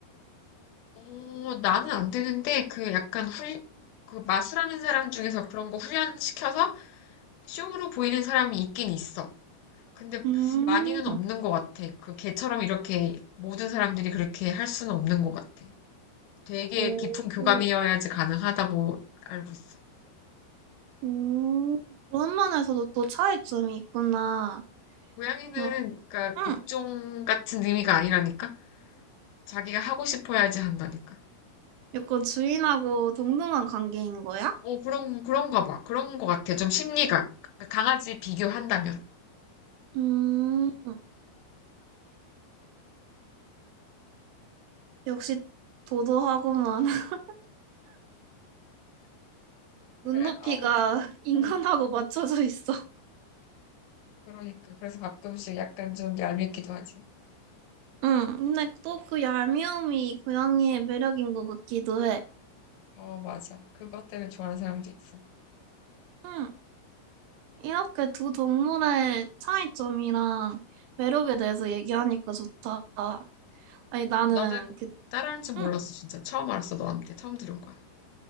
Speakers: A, on the left; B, on the right.
A: 어, 나는 안 되는데 그 약간 훈, 그 마술하는 사람 중에서 그런 거 훈련시켜서 쇼로 보이는 사람이 있긴 있어. 근데
B: 음,
A: 많이는
B: 음,
A: 없는 것 같아. 그 걔처럼 이렇게 모든 사람들이 그렇게 할 수는 없는 것 같아. 되게
B: 오,
A: 깊은 교감이어야지
B: 오,
A: 가능하다고 알고 있어.
B: 오. 그런 면에서도 또 차이점이 있구나.
A: 고양이는,
B: 야,
A: 그러니까
B: 음,
A: 복종 같은 의미가 아니라니까? 자기가 하고 싶어야지 한다니까?
B: 약간 주인하고 동등한 관계인 거야?
A: 어, 그런, 그런가 봐. 그런 거 같아. 좀 심리가. 강아지 비교한다면.
B: 음, 역시 도도하고만 <laughs>
A: 그래,
B: 눈높이가
A: 아무튼,
B: 인간하고
A: 응.
B: 맞춰져 있어.
A: 그러니까. 그래서 가끔씩 약간 좀 얄밉기도 하지.
B: 응, 근데 또 그 얄미움이 고양이의 매력인 것 같기도 해.
A: 어, 맞아. 그것 때문에 좋아하는 사람도 있어.
B: 응, 이렇게 두 동물의 차이점이랑 매력에 대해서 얘기하니까 좋다. 아니, 나는
A: 어, 나는
B: 그,
A: 따라하는 줄 몰랐어,
B: 응.
A: 진짜. 처음 알았어, 너한테. 처음 들은 거야.